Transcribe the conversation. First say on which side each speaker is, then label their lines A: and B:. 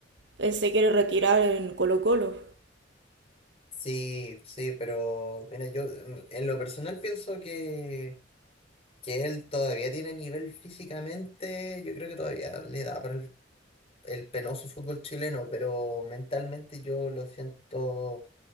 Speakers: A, on the right; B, on the left.
A: Él se quiere retirar en Colo Colo.
B: Sí, sí, pero mira, yo en, en lo personal pienso que, que él todavía tiene nivel físicamente, yo creo que todavía le da el penoso fútbol chileno, pero mentalmente yo lo siento